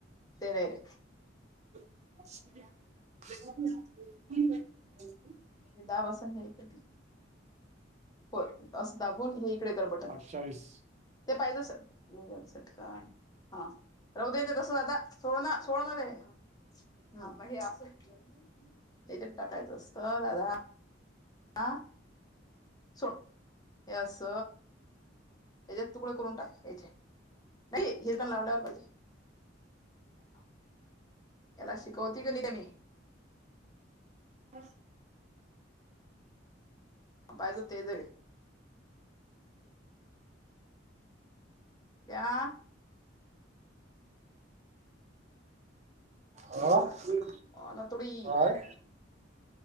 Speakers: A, on the left; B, on the right.
A: ते नाहीे
B: <inaudible>
A: ते दहा बसन घ्याय ते हो असं दाबून हे इकडे कर बटन
B: अठ्ठावीस
A: ते पाहिजेसाठी राहू दे तसंच आता सो सोळाणार रे. हा हे अस याच्या टाकायचं असत दादा आ. सोड यास. याचेत तुकडे करून टाक याचे नाही हिरकण लावल्यावर पाहिजे. <inaudible> याला शिकवती क नाही त मी
B: हम्.
A: ह पायच ते जर. त्या.
B: हा काय.
A: ना थोडी